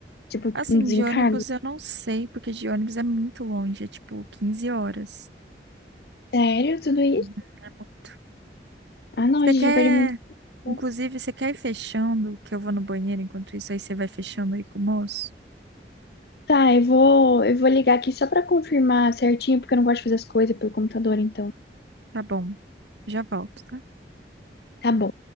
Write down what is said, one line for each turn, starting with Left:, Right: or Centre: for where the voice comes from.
Left: tipo,
Right: Assim,
Left: um desencargo?
Right: de ônibus eu não sei, porque de ônibus é muito longe, é tipo 15 horas.
Left: Sério, tudo isso?
Right: Uhum, é muito.
Left: Ah, não,
Right: Você
Left: a gente
Right: quer,
Left: vai perder muito tempo.
Right: inclusive, você quer ir fechando, que eu vou no banheiro enquanto isso, aí você vai fechando aí com o moço?
Left: Tá, eu vou, eu vou ligar aqui só pra confirmar certinho, porque eu não gosto de fazer as coisas pelo computador, então.
Right: Tá bom, já volto. tá?
Left: Tá bom.